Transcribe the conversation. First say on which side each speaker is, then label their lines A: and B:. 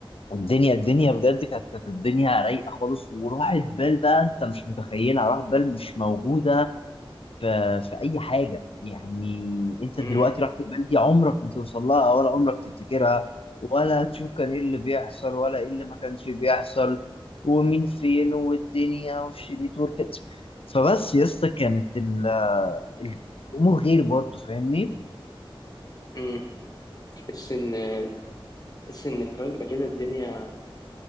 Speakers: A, on the left; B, on the left.
A: الدنيا الدنيا بجد كانت كانت الدنيا رايقه خالص وراحت بال بقى انت مش متخيلها راحت بال مش موجوده في في اي حاجه يعني انت
B: أمم،
A: دلوقتي رحت البلد دي عمرك ما توصل لها ولا عمرك تفتكرها ولا تشوف كان ايه اللي بيحصل ولا ايه اللي ما كانش بيحصل ومين فين والدنيا والشريط والكت فبس يا اسطى كانت ال- ال- الامور غير برضه فاهمني
B: أمم. تحس ان تحس ان فجاه كده الدنيا